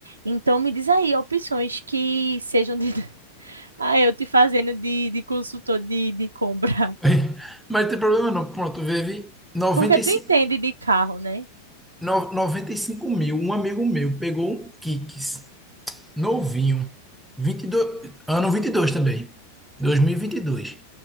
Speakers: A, on the right; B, in the centre.
A: Então me diz aí opções que sejam de... <laughs> Ah, eu te fazendo de, de consultor de, de compra.
B: Mas, mas tem problema não. Pronto, teve 95,
A: Porque tu entende de carro, né?
B: no- 95 mil. Um amigo meu pegou um Kicks, novinho, 22 ano 22 também, dois mil e e vinte e dois.